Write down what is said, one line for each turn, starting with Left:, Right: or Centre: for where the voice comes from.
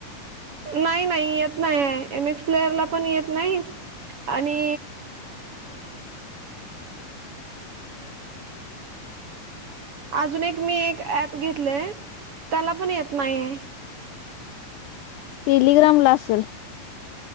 Right: नाही नाही येत नाही एम एक्स प्लेयरला पण येत नाही. आणि अजून एक मी एक ऍप घेतले त्याला पण येत नाही.
Left: टेलिग्राम ला असंल.